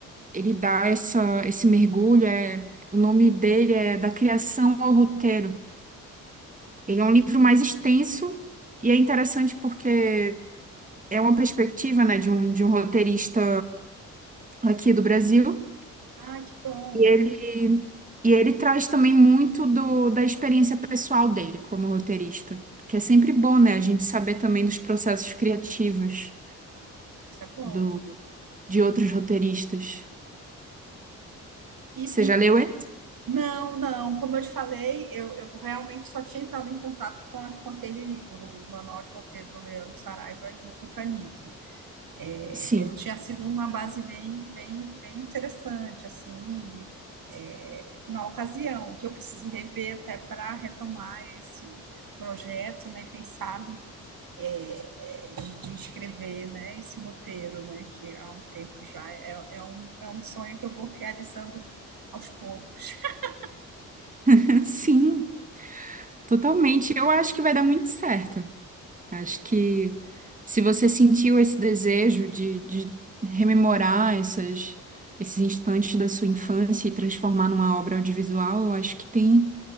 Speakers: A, on the right; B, on the right.
A: ele dá essa, esse mergulho, é, o nome dele é Da Criação ao Roteiro. Ele é um livro mais extenso e é interessante porque é uma perspectiva, né, de um, de um roteirista aqui do Brasil.
B: Ah, que bom.
A: E ele, e ele traz também muito do, da experiência pessoal dele como roteirista, que é sempre bom, né, a gente saber também dos processos criativos
B: Isso é bom.
A: do, de outros roteiristas.
B: E,
A: Você já leu
B: e-
A: ele?
B: não, não, como eu te falei, eu, eu realmente só tinha entrado em contato com, a- com aquele livro, o Manual de Roteiro do Leandro Saraiva e Newton Canito. É,
A: Sim,
B: é, tinha sido uma base bem, bem, bem interessante, assim, é, na ocasião, que eu preciso rever até para retomar esse projeto, né? Quem sabe é, de, de escrever, né, esse roteiro, né, que há um tempo já é, é, um, é um sonho que eu vou realizando aos poucos. <laughs>
A: <laughs> sim, totalmente. Eu acho que vai dar muito certo. Acho que se você sentiu esse desejo de, de rememorar essas, esses instantes da sua infância e transformar numa obra audiovisual, eu acho que tem,